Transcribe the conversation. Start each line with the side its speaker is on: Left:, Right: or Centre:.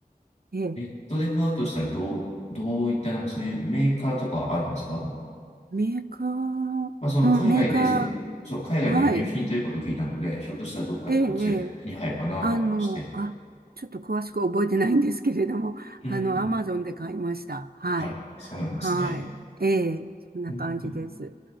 Right: ええ、
Left: ネットで買うとしたら、どう、どういったなんかそういうメーカーとかあるんですか
Right: メーカー、
Left: まあ、その海外で、
Right: うん、メーカー、
Left: その、そう、海外の輸入品ということを聞いたので、
Right: はい、
Left: ひょっとしたらどっかでこっちで手に入るかなと思いまして。
Right: ええ、ええあの、あ、ちょっと詳しく覚えてないんですけれども、<laughs>
Left: うんうん。
Right: あの、アマゾンで買いました。はい、
Left: あ、そうなんですね。
Right: はい、ええ、そんな感じです。
Left: うんうん。